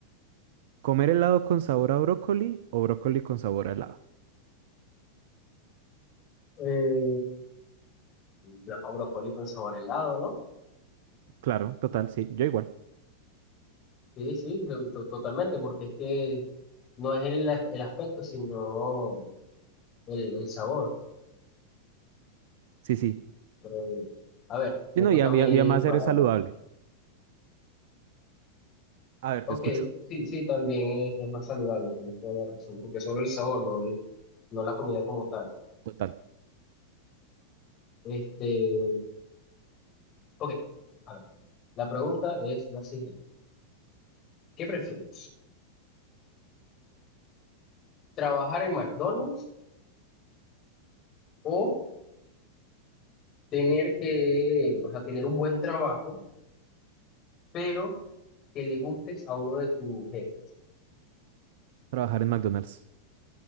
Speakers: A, on the right (about 50°); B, on the left (about 30°).
A: ¿comer helado con sabor a brócoli o brócoli con sabor a helado?
B: Eh, no, brócoli con sabor a helado, ¿no?
A: Claro, total, sí, yo igual.
B: Sí, sí, to- to- totalmente, porque es que no es el, as- el aspecto, sino el, el sabor.
A: Sí, sí.
B: creo a ver, me
A: Y no,
B: toca
A: y, a-
B: a mí
A: y a- y además
B: para...
A: eres saludable. A ver,
B: Ok,
A: te escucho.
B: sí, sí, también es, es más saludable, tienes toda la razón, porque solo el sabor, no, no la comida como tal.
A: Total.
B: Este, ok, a ver, la pregunta es la siguiente. ¿Qué prefieres? ¿Trabajar en McDonald's o tener que, o sea, tener un buen trabajo, pero que le gustes a uno de tus jefes?
A: Trabajar en McDonald's.